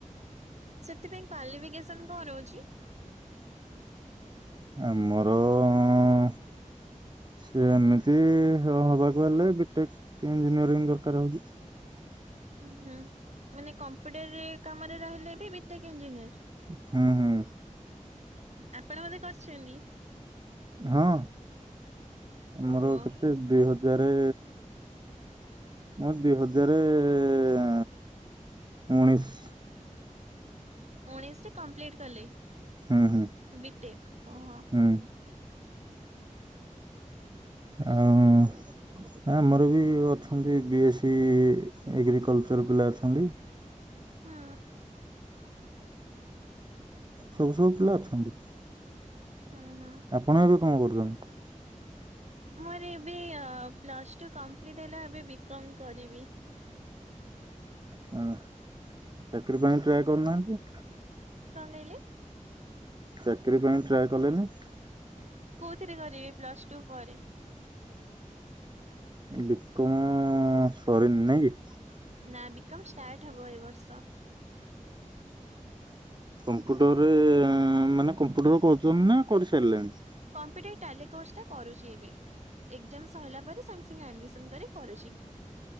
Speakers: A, on the right; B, on the right.
A: ସେଥିପାଇଁ କ୍ୱାଲିଫିକେସନ କଣ ରହୁଛି?
B: ଆମର ଅଁ- ସେ ଏମିତି ହ-ହବାକୁ ହେଲେ ବିଟେକ୍ ଇଞ୍ଜିନିୟରିଂ ଦରକାର ହଉଛି।
A: ହୁଁ ହୁଁ ମାନେ କମ୍ପ୍ୟୁଟର କାମରେ ରହିଲେ ଏ ବି ବିଟେକ୍ ଇଞ୍ଜିନିୟର?
B: ହୁଁ ହୁଁ।
A: ଆପଣ ବୋଧେ କରିଛନ୍ତି?
B: ହଁ ଆମର
A: ଓହୋ
B: କେତେ ଦୁଇ ହଜାରେ ମୁଁ ଦି ହଜାରେ- ଉଣେଇଶି।
A: ଉଣେଇଶ ରେ କମ୍ପ୍ଲିଟ୍ କଲେ।
B: ହୁଁ ହୁଁ
A: ବିଟେକ୍ ଓହୋ।
B: ହୁଁ। ଆଉ ନା ଆମର ବି ଅଛନ୍ତି ବି ଏସ୍ ସି ଏଗ୍ରିକଲଚର ପିଲା ଅଛନ୍ତି।
A: ହୁଁ।
B: ସବୁ ସବୁ ପିଲା ଅଛନ୍ତି।
A: ହଁ ହଁ।
B: ଆପଣ ଏବେ କଣ କରୁଛନ୍ତି?
A: ମୋର ଏବେ ପ୍ଲସ୍ ଟୁ କମ୍ପ୍ଲିଟ୍ ହେଲା ଏବେ ବିକମ୍ କରିବି।
B: ହଁ ଚାକିର ପାଇଁ ଟ୍ରାଏ କରୁନାହାନ୍ତି।
A: କଣ କହିଲେ?
B: ଚାକିରୀ ପାଇଁ ଟ୍ରାଏ କଲେନି।
A: କୋଉଥିରେ କରିବେ ପ୍ଲସ ଟୁ ପରେ?
B: ବିକମ- ସରିନି ନାଇଁ କି?
A: ନା ବିକମ୍ ଷ୍ଟାର୍ଟ ହେବ ଏ ବର୍ଷ।
B: କମ୍ପ୍ୟୁଟରରେ-ମାନେ କମ୍ପ୍ୟୁଟର କରୁଛନ୍ତି ନା କରିସାରିଲେନି?
A: କମ୍ପିଟ ଟାଲୀ କୋର୍ସ ଟା କରୁଛି ଏବେ। ଏକଜାମ୍ ସଇଲା ପରେ ସଙ୍ଗ ଆଡମିସନ କରି କରୁଛି।